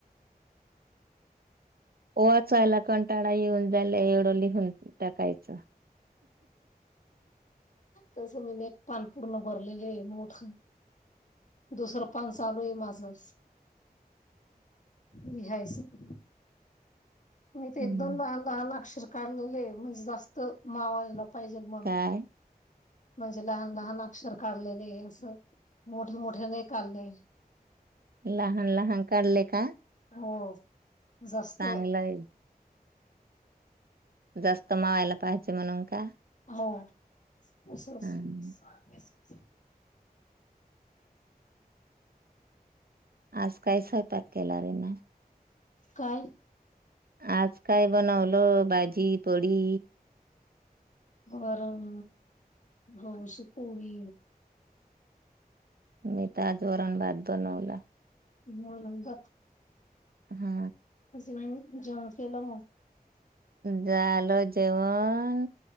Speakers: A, on the right; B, on the left.
A: वाचायला कंटाळा येऊन जायला एवढं लिहून टाकायच.
B: तसं मी न एक पान पूर्ण भरलेले आहे मोठ दुसरं पाण चालू आहे माझ. लिहायचं. म ते
A: हम्म
B: एकदोन लहान लहान अक्षर. काढलेले म्हणजे जास्त मावाला पाहिजल म्हण
A: काय
B: म्हणजे लहान लहान अक्षर काढलेले असं मोठे मोठे नाही काढले.
A: लहान लहान काढले का?
B: हो. जास्त
A: चांगलंय. जास्त मावायला पाहिजे म्हणून का?
B: हो. अस
A: हम्म
B: <inaudible>
A: आज कायस आहे पॅक केलरी म
B: काल
A: आज काय बनवलं भाजी थोडी
B: गरम गौश पोळी
A: मी ताजं वरण भात बनवला
B: होतात
A: हा
B: <inaudible>
A: झालं जेवण